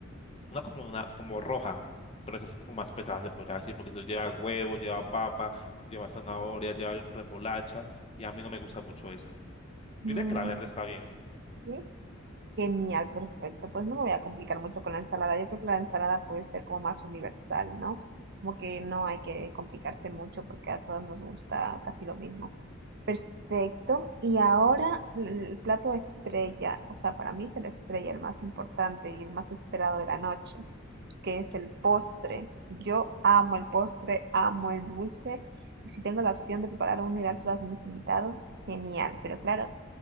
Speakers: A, on the left; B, on the right.
A: una como una, como roja, pero esa es como más pesada, se podría decir, porque eso lleva huevo, lleva papa, lleva zanahoria, lleva remolacha y a mí no me gusta mucho esa.
B: Mm,
A: Yo diría que la verde está bien.
B: ¿Sí? Genial, perfecto. Pues no me voy a complicar mucho con la ensalada. Yo creo que la ensalada puede ser como más universal, ¿no? Como que no hay que complicarse mucho porque a todos nos gusta casi lo mismo. Perfecto. Y ahora l- el plato estrella, o sea, para mí es el estrella, el más importante y el más esperado de la noche, que es el postre. Yo amo el postre, amo el dulce. Y si tengo la opción de preparar uno y dárselo a mis invitados, genial. Pero claro,